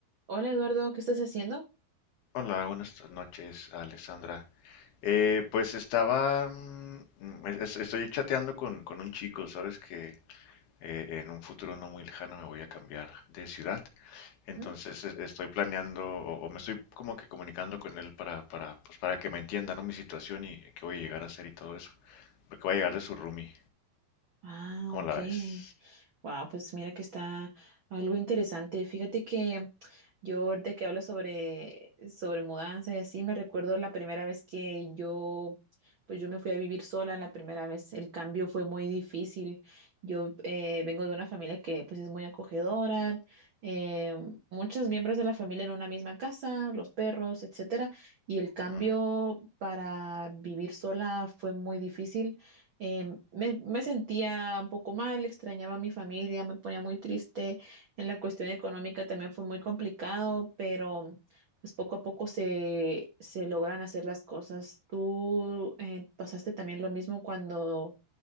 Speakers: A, on the right; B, on the left.
A: Hola Eduardo, ¿qué estás haciendo?
B: Hola, buenas noches, Alexandra. Eh, pues estaba, mm, mm, es- es- estoy chateando con, con un chico, sabes que eh, en un futuro no muy lejano me voy a cambiar de ciudad, entonces
A: Ujú.
B: es- estoy planeando o, o me estoy como que comunicando con él para, para, pues para que me entienda, ¿no? Mi situación y qué voy a llegar a hacer y todo eso, porque voy a llegar de su roomie,
A: Ah,
B: ¿cómo
A: ok.
B: la ves?
A: Wow, pues mira que está algo interesante. Fíjate que yo ahorita que hablo sobre, sobre mudanza y así, me recuerdo la primera vez que yo, pues yo me fui a vivir sola la primera vez. El cambio fue muy difícil. Yo eh, vengo de una familia que pues es muy acogedora, eh, muchos miembros de la familia en una misma casa, los perros, etcétera. Y el cambio
B: Ujú.
A: para vivir sola fue muy difícil em, me, me sentía un poco mal, extrañaba a mi familia, me ponía muy triste. En la cuestión económica también fue muy complicado, pero pues poco a poco se, se logran hacer las cosas. ¿Tú eh, pasaste también lo mismo cuando